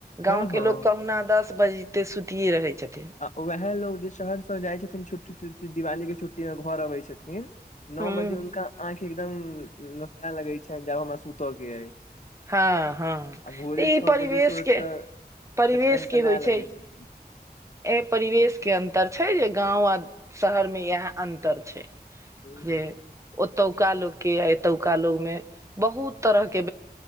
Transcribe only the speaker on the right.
गाँंव के
लोग कहुना दस दस बजते सुतिेये रहै छथिन।
हूँ
हँ हँ
तऽ ई
परिवेशके
परिवेश
के होइ
छै?
एहि परिवेश के अन्तर छै, जे गाँव आ शहरमे इएह अंतर छै,
जे
ओतौका लोग के य एतौका लोग मे बहुत तरह के